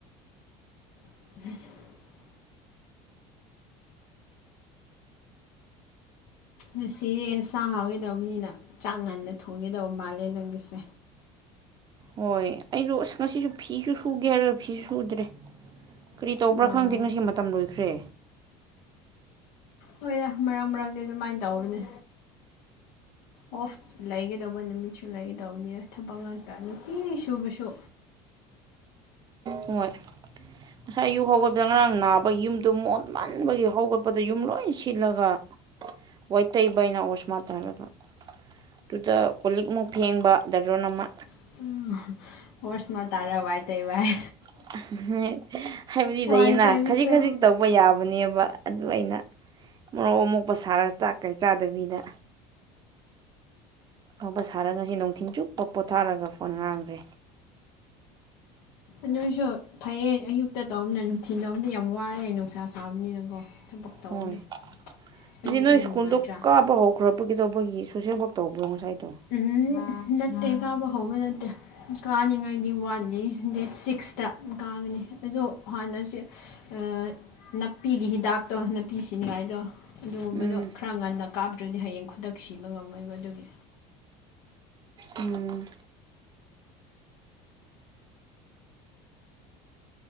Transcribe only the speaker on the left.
<inaudible> ꯉꯁꯤ ꯌꯦꯟ ꯁꯥꯡ ꯍꯥꯎꯏꯗꯧꯅꯤꯅ ꯆꯥꯛ ꯉꯟꯅ ꯊꯣꯡꯒꯤꯗꯧ ꯃꯥꯜꯂꯦ ꯅꯪꯒꯤꯁꯦ
ꯑꯣ
ꯍꯣꯏꯔ ꯃꯔꯛ ꯃꯔꯪꯛꯇ ꯑꯗꯨꯃꯥꯏꯅ ꯇꯧꯕꯅꯦ ꯑꯣꯐ ꯂꯩꯒꯗꯧꯕ ꯅꯨꯃꯤꯠꯁꯨ ꯂꯩꯒꯗꯧꯕꯅꯤꯅ ꯊꯕꯛ ꯉꯥꯛꯇ ꯅꯨꯡꯇꯤ ꯁꯨꯕꯁꯨ
<unintelligible> ꯍꯣꯔꯁꯃ ꯇꯥꯔ ꯋꯥꯏ ꯇꯩꯕ <unintelligible>
ꯋꯥꯏ
ꯇꯩꯕꯁꯨ
ꯑꯗꯨꯏꯁꯨ ꯐꯩꯌꯦꯡ ꯑꯌꯨꯛꯇ ꯇꯧꯅꯤꯅ ꯅꯨꯡꯊꯤꯟ ꯇꯧꯕꯅꯤ ꯌꯥꯝ ꯋꯥꯑꯦ ꯅꯨꯡꯁꯥ ꯁꯥꯕꯅꯤꯅꯀꯣ ꯊꯕꯛ ꯇꯧꯕꯗꯣ
ꯑꯌꯨꯛꯅ
ꯅꯨꯡꯉꯥꯏꯇ꯭ꯔꯥ
ꯎꯝ ꯅꯠꯇꯦ ꯀꯥꯕ ꯍꯧꯕ ꯅꯠꯇꯦ ꯀꯥꯅꯤꯡꯉꯥꯏꯗꯤ ꯋꯥꯠꯂꯤ ꯗꯦꯠ ꯁꯤꯛꯁꯇ ꯀꯥꯒꯅꯤ ꯑꯗꯣ ꯍꯥꯟꯅꯁꯦ ꯑ ꯅꯥꯄꯤꯒꯤ ꯍꯤꯗꯥꯛꯇꯣ ꯅꯥꯄꯤ ꯁꯤꯅꯤꯡꯉꯥꯏꯗꯣ ꯑꯗꯨꯒꯨꯝꯕꯗꯣ
ꯈꯔ ꯉꯟꯅ ꯀꯥꯞꯇ꯭ꯔꯗꯤ ꯍꯌꯦꯡ ꯈꯨꯗꯛ ꯁꯤꯕ ꯉꯝꯃꯣꯏꯕ ꯑꯗꯨꯒꯤ